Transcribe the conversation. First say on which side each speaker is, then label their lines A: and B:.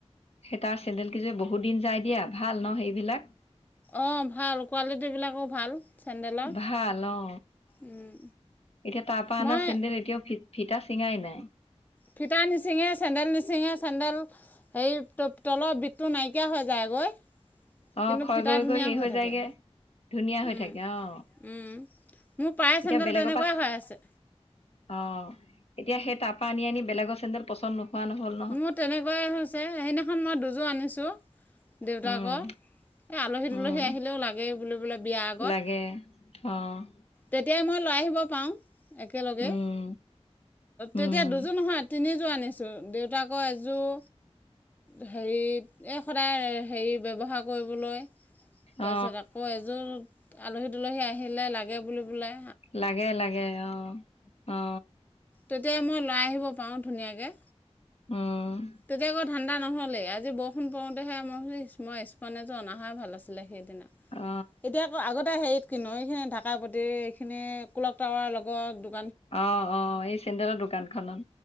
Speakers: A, on the left (about 60°); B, on the left (about 15°).
A: সেই তাৰ চেন্দেল কেইযোৰে বহুত দিন যায় দিয়া ভাল ন সেইবিলাক?
B: অঁ ভাল কোৱালিটিবিলাকো ভাল। চেণ্ডেলৰ
A: ভাল অ
B: উম,
A: এতিয়া তাপা অনা
B: মই
A: চেণ্ডেল এতিয়াও ফিতা চিঙাই নাই।
B: ফিতা নিচিঙে চেণ্ডেল নিচিঙে চেণ্ডেল হেৰি তলৰ বিধটো নাইকিয়া হৈ যায়গৈ
A: অ
B: কিন্তু
A: খয়
B: ফিটা
A: গৈ
B: ধুনীয়া
A: গৈ শেষ হৈ
B: থাকে
A: যায়গে ধুনীয়া হৈ
B: উম,
A: থাকে অ
B: উম মোৰ পায়ে চেণ্ডেল
A: এতিয়া বেলেগৰ
B: তেনেকুৱাই
A: পা
B: হৈ আছে
A: অ এতিয়া সেই তাৰপাৰ আনি আনি বেলেগৰ চেন্দেল পচন্দ নহয় নহল
B: মোৰ তেনেকুৱাই হৈছে সেইদিনাখন মই দুযোৰ আনিছোঁ দেউতাকৰ
A: উম
B: এই আলহী দোলহী
A: উম
B: আহিলেও লাগে বো বোলে বিয়া আগত
A: লাগে অ
B: তেতিয়াই মই লৈ আহিব পাৰোঁ একেলগে
A: উম উম
B: তেতিয়া দুযোৰ নহয় তিনিযোৰ আনিছোঁ দে তাকৌ এযোৰ হেৰিত এই সদায় হেৰি ব্যৱহাৰ কৰিবলৈ! তাৰ
A: অ
B: পিছত আকৌ এযোৰ আলহী দুলহি আহিলে লাগে বুলি বোলে
A: লাগে লাগে অ অ
B: তেতিয়া মই লৈ আহিব পাৰোঁ ধুনীয়াকৈ।
A: উম
B: তেতিয়া আকৌ ঠাণ্ডা নহ'লেই আজি বৰষুণ পৰোঁতেহে মই মই স্পন এযোৰ অনা হয় ভাল আছিলে সেইদিনা
A: অ
B: এতিয়া আগতে হেৰিত কিনো এইখিনি ঢাকা পতি এইখিনি কুলক টাৱাৰ লগত
A: অ অ এই চেন্দেলৰ দোকানখনত